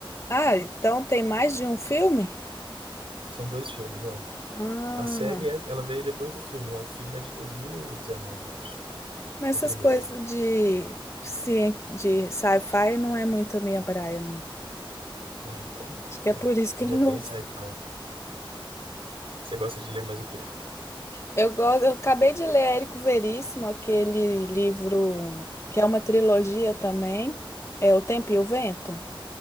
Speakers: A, on the left (about 30°); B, on the right (about 85°).
A: Ah, então tem mais de um filme?
B: <laughs> São dois filmes, é.
A: Ah,
B: A série, é, ela veio depois do filme, né? O filme é de 2019, eu acho.
A: mas
B: O
A: essas
B: primeiro.
A: coisas de, cien- de sci-fi não é muito a minha praia, não.
B: Ah, então,
A: Acho que é por
B: é.
A: isso
B: Ele
A: que eu não
B: é bem
A: gosto.
B: sci-fi, né? Você gosta de ler mais o quê?
A: Eu gosto, eu acabei de ler Érico Veríssimo, aquele livro que é uma trilogia também, é O Tempo e o Vento.